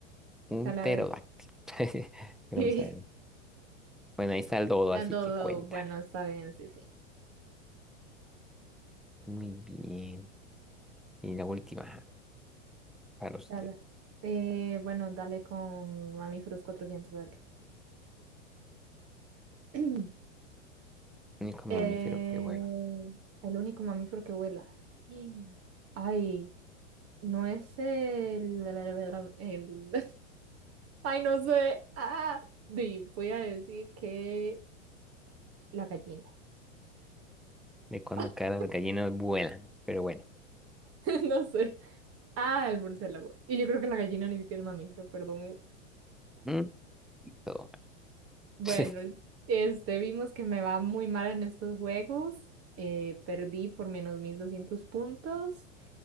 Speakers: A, in the centre; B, on the right.
A: Un
B: Talavera.
A: pterodáctilo.
B: <laughs>
A: <laughs> Pero
B: Sí,
A: Vamos a ver. Bueno, ahí está el dodo,
B: el
A: así
B: dodo,
A: que cuenta.
B: bueno, está bien, sí, sí.
A: Muy bien. Y la última ajá, para usted.
B: Dale. Eh, bueno, dale con mamíferos 400, a ver qué. <clears throat>
A: Único
B: Eh,
A: mamífero que vuela.
B: el único mamífero que vuela. <gasps> Mm. Ay, no es el... el el- Ay, no sé. Ah, di, voy a decir que la gallina.
A: De cuando
B: <laughs>
A: acá las gallinas vuelan. Pero bueno.
B: No sé. Ah, el murciélago. Y yo creo que la gallina ni siquiera es mamífero, perdón.
A: Mm, todo mal.
B: Bueno,
A: <laughs>
B: este, vimos que me va muy mal en estos juegos. Eh, perdí por menos 1200 puntos.